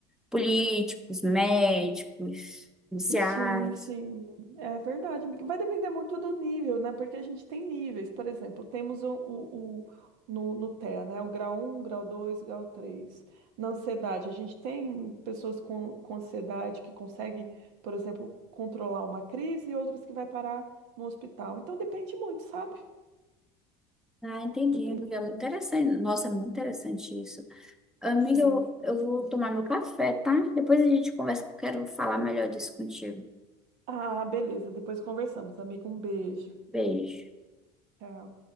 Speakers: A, in the centre; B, on the right.
A: políticos, médicos, policiais.
B: Sim, sim, é verdade, amiga. Vai depender muito do nível, né? Porque a gente tem níveis, por exemplo, temos o, o, o- no, no TEA, né? O grau um grau dois grau três Na ansiedade, a gente tem pessoas com, com ansiedade que consegue, por exemplo, controlar uma crise e outras que vai parar no hospital. Então depende muito, sabe?
A: Ah, entendi,
B: Depende
A: amiga. é
B: muito.
A: Muito interessante. Nossa, é muito interessante isso. Amiga,
B: Sim,
A: eu,
B: sim.
A: eu vou tomar meu café, tá? Depois a gente conversa que eu quero falar melhor disso contigo.
B: Ah, beleza. Depois conversamos, amiga. Um beijo.
A: Beijo.
B: Tchau.